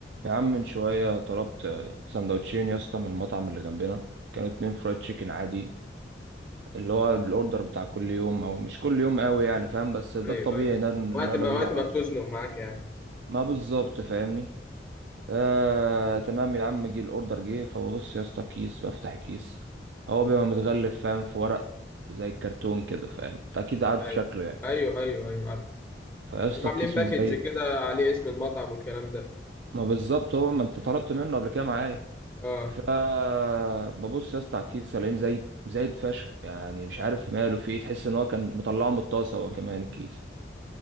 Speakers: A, on the right; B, on the left.
A: يا عم من شوية طلبت سندوتشين يا اسطى من المطعم اللي جنبنا كانوا اتنين فرايد تشيكن عادي اللي هو الاوردر بتاع كل يوم او مش كل يوم قوي يعني فاهم بس ده
B: ايوه
A: الطبيعي
B: ايوه
A: ده اللي
B: وقت
A: انا
B: ما
A: بجيبه
B: وقت ما
A: على
B: بتزنق
A: طول
B: معاك يعني
A: ما بالظبط فاهمني آه تمام يا عم جه الاوردر جه فببص يا اسطى كيس بفتح الكيس هو بيبقى متغلف فاهم في ورق زي الكرتون كده فاهم انت اكيد عارف
B: ايوه
A: شكله يعني
B: ايوه ايوه ايوه عارف
A: فيا اسطى
B: بيبقوا
A: الكيس
B: عاملين باكج
A: مزيت
B: كده عليه اسم المطعم والكلام ده
A: ما بالظبط هو ما انت طلبت منه قبل كده معايا
B: اه
A: فببص يا اسطى على الكيس الاقيه زايد زايد فشخ يعني مش عارف ماله في ايه تحس ان هو كان مطلعه من الطاسه هو كمان الكيس